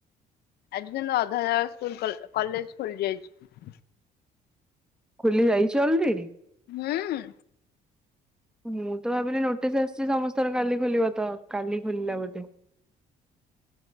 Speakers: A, on the left; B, in the centre.
A: ଆଜି କିନ୍ତୁ ଅଧା ଅଧା ସ୍କୁଲ୍ କଲ କଲେଜ ଖୋଲି ଯାଇଛି।
B: ଖୋଲି ଯାଇଛି ଅଲରେଡି?
A: ହୁଁ।
B: ମୁଁ ତ ଭାବିଲି ନୋଟିସ୍ ଆସିଛି ସମସ୍ତଙ୍କର କାଲି ଖୋଲିବ ତ କାଲି ଖୋଲିଲା ବୋଧେ?